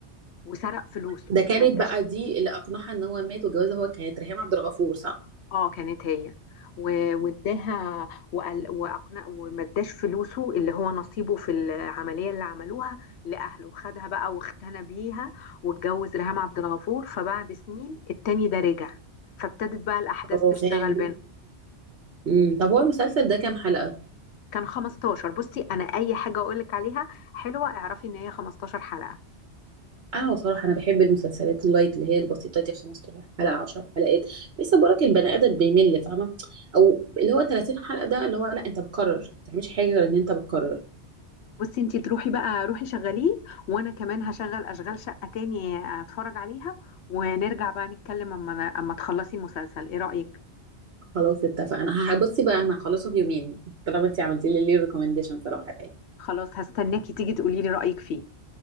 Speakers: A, on the left; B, on the right.
A: وسرق فلوسه
B: ده كانت
A: وما اداش
B: بقى دي اللي اقنعها ان هو مات وجوازها هو كانت ريهام عبد الغفور صح؟
A: اه كانت هي و- واداها وقال واقنع وما اداش فلوسه اللي هو نصيبه في العمليه اللي عملوها لاهله خدها بقى واختنى بيها واتجوز ريهام عبد الغفور فبعد سنين التاني ده رجع فابتدت بقى الاحداث
B: اه
A: تشتغل
B: فاهم
A: بينهم
B: امم طب هو المسلسل ده كام حلقه؟
A: كان 15 بصي انا اي حاجه اقول لك عليها حلوه اعرفي ان هي 15 حلقه
B: اه صراحة أنا بحب المسلسلات اللايت اللي هي البسيطة دي 15 حلقة 10 حلقات بحيث برك البني آدم بيمل فاهمة أو اللي هو 30 حلقة ده اللي هو لا أنت بتكرر ما بتعملش حاجة غير إن أنت بتكرر
A: بصي انتي تروحي بقى روحي شغليه وانا كمان هشغل اشغال شقه تاني اتفرج عليها ونرجع بقى نتكلم اما اما تخلصي المسلسل ايه رايك
B: خلاص اتفقنا هبصي بقى أنا هخلصه في يومين طالما أنت عملتي لي ليه ريكومنديشن صراحة يعني
A: خلاص هستناكي تيجي تقولي لي رأيك فيه